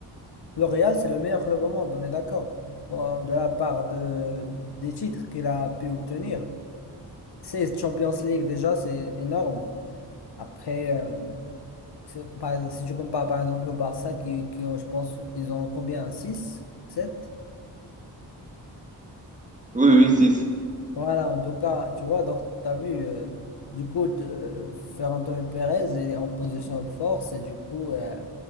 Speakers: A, on the left (about 70°); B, on the right (about 20°).
A: Le Real, c'est le meilleur club au monde, on est d'accord. Bon, de la part de, des titres qu'il a pu obtenir. 16 Champions League, déjà, c'est énorme. Après, euh, c'est- par- si tu compares par exemple au Barça, qui, qui ont, je pense, ils ont combien? six sept
B: Oui, oui, six
A: Voilà, en tout cas, tu vois, donc tu as vu, euh, du coup, te- euh, Ferran Pérez il est en position de force et du coup, euh,